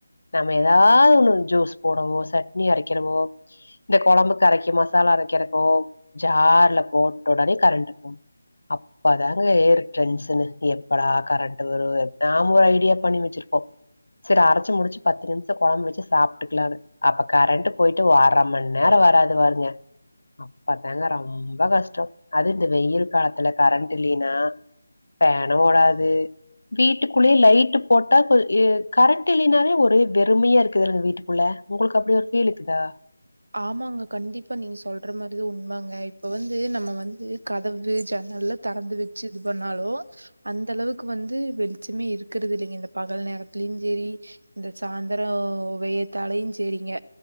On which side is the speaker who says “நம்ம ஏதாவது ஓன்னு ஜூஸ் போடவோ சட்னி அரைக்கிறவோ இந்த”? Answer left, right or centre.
Left